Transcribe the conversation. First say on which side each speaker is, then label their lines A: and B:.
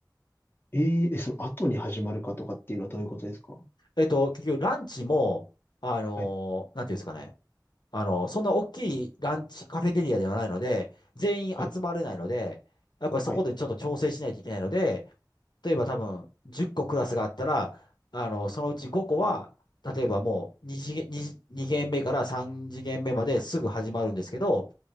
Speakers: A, on the left (about 30°); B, on the left (about 70°).
A: えーえ、その後に始まるかとかっていうのはどういうことですか
B: えっと、結局ランチも、あのーなんていうんですかね。
A: はい、
B: あのーそんな大きいランチカフェテリアではないので、全員集まれないので、
A: はい、
B: やっぱりそこでちょっと調整しないといけないので、
A: はい、
B: 例えば多分10個クラスがあったら、あの、そのうち5個は、例えばもう2次元、2、二限目から3次元目まですぐ始まるんですけど、